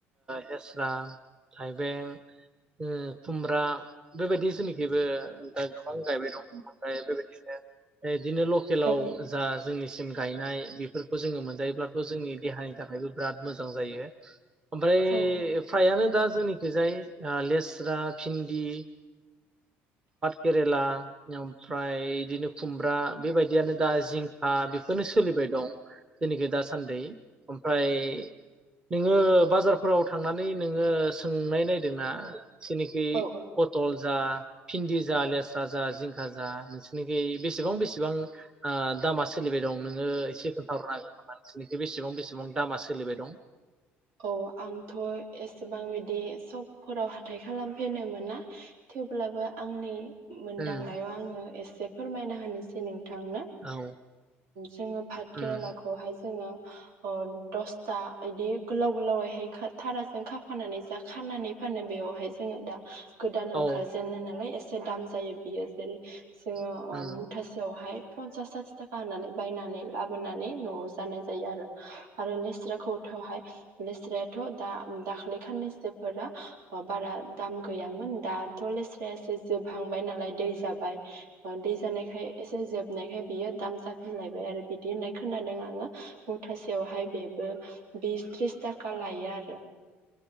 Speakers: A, on the right; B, on the right.
A: हेस्रा थाइबें ओ खुमब्रा बेबायदि जोंनिखैबो दा गोबां गायबाय दं ओमफ्राय बेबायदिनो बिदिनो लकेलाव
B: औ
A: जा जोंनिसिम गायनाय बेफोरखौ जोङो मोनजायोब्ला खौ जोंनि देहानि थाखायबो बिराद मोजां जायो। ओमफ्राय
B: औ
A: फ्रायानो दा जोंनिखौ जाय लेस्रा भिन्दि केरेला ओमफ्राय बिदिनो खुमब्रा बेबायदियानो दा जिंखा बेफोरनो सोलिबाय दं। जोंनिखै दासान्दै ओमफ्राय नोङो बाजारफोराव थांनानै नोङो सोंनाय नायदोंना जेनिखि
B: औ
A: पथल जा फिन्दि जा लेस्रा जा जिंखा जा नोंसोरनिखि बेसेबां बेसेबां ओ दामा सोलिबाय दं नोङो एसे खोन्थाहरनाांगोन नामा नोंसोरनिखि बेसेबां बेसेबां दामा सोलिबाय दं।
B: औ आंथ एसेबां बिदि सकफोराव हाथाय खालामफेरनो मोना थेवब्लाबो आंनि मोनदांनायाव
A: उम
B: आङो एसे फोरमायना होनानोसै। ज <unintelligible> नोंथांनो
A: औ
B: जोङो भात
A: उम
B: केरालाखौहाय जोङो अ दसथा इदि गोलाव गोलावैहाय थाराजों खाफानानै जा खानानै फानो बेयावहाय जोङो दा गोदान ओंखारजेनो
A: औ
B: नालाय ए एसे दाम जायो बियो जेरै जोङो
A: जोंनिखिबो
B: मुथासेयावहाय पन्सास साथि थाखा होनानै बायनानै लाब बोनानै नआव जानाय जायो आरो। आरो लेस्राखौथहाय लेस्रायाथ दा दाख्लै खाननैसोफोरा अ बारा दाम गैयामोन दाथ लेस्रा एसे जोबहांबाय नालाय दै जाबाय दै जानायखाय एसे जोब बनायखाय बियो दाम जाफिनलायबाय आरो बिदि होननाय खोनादों आङो मुथासेयावहाय बे बे बिस त्रिस - थाखा लायो आरो। रो